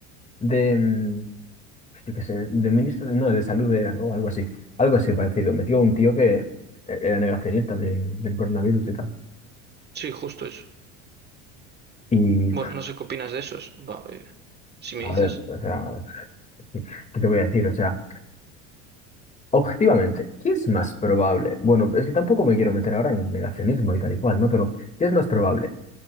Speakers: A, on the left; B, on the right.
A: de, mm, yo qué sé, de ministro, no, de salud era, ¿no? Algo así, algo así parecido. Metió a un tío que eh, era negacionista de- del coronavirus y tal.
B: Sí, justo eso.
A: Y,
B: Bueno, no sé qué opinas de esos. Va, eh, si me
A: a
B: dices,
A: ver, o sea, ¿qué qué te voy a decir? O sea, objetivamente, ¿qué es más probable? Bueno, es que tampoco me quiero meter ahora en negacionismo y tal y cual, ¿no? Pero, ¿qué es más probable?